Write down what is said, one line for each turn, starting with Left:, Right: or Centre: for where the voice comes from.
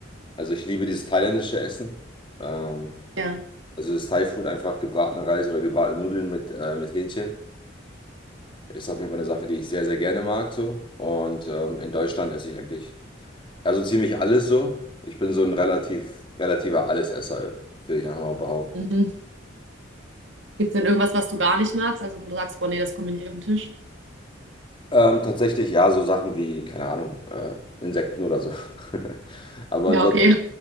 Left: also ich liebe dieses thailändische Essen. Ähm,
Right: Ja.
Left: also das Thai-Food einfach gebratene Reis oder gebratene Nudeln mit, äh, mit Hähnchen. Ist auf jeden Fall eine Sache, die ich sehr, sehr gerne mag, so. Und ähm, in Deutschland esse ich eigentlich, also ziemlich alles so. Ich bin so ein relativ, relativer Allesesser, würde ich einfach mal behaupten.
Right: Mhm. Gibt es denn irgendwas, was du gar nicht magst? Also wo du sagst, boah, nee, das kommt mir nicht auf den Tisch?
Left: Ähm, tatsächlich, ja, so Sachen wie, keine Ahnung, äh, Insekten oder so. <laughs> Aber
Right: Ja,
Left: ansonsten,
Right: okay.